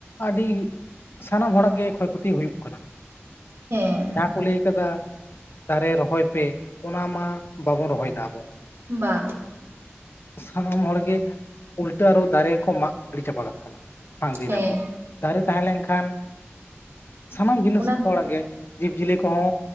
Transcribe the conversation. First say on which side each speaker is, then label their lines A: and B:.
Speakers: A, on the left (about 55°); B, on the right (about 80°).
A: ᱟᱹᱰᱤ ᱥᱟᱱᱟᱢ ᱦᱚᱲᱟᱜ ᱜᱮ ᱠᱷᱚᱭ ᱠᱷᱚᱛᱤ ᱦᱩᱭᱩᱜ ᱠᱟᱱᱟ᱾
B: ᱦᱮᱸ,
A: ᱡᱟᱦᱟᱸ ᱠᱚ ᱞᱟᱹᱭ ᱠᱟᱫᱟ ᱫᱟᱨᱮ ᱨᱚᱦᱚᱭ ᱯᱮ ᱚᱱᱟ ᱢᱟ ᱵᱟᱵᱚᱱ ᱨᱚᱦᱚᱭ ᱫᱟ ᱟᱵᱚ᱾
B: ᱵᱟᱝ᱾
A: ᱥᱟᱱᱟᱢ ᱦᱚᱲᱜᱮ ᱩᱞᱴᱟᱹ ᱟᱹᱨᱩ ᱫᱟᱨᱮ ᱠᱚ ᱢᱟᱜ ᱜᱤᱲᱤ ᱪᱟᱯᱟᱠᱟᱜ ᱠᱟᱱᱟ᱾ ᱵᱟᱝ ᱤᱫᱤᱭ
B: ᱦᱮᱸ
A: ᱫᱟᱠᱚ ᱫᱟᱨᱮ ᱛᱟᱦᱮᱸ ᱞᱮᱱᱠᱷᱟᱱ ᱥᱟᱱᱟᱢ ᱡᱤᱱᱤᱥ
B: ᱚᱱᱟ
A: ᱦᱚᱲᱟᱜ ᱜᱮ ᱡᱤᱵ ᱡᱤᱭᱟᱹᱞᱤ ᱠᱚᱦᱚᱸ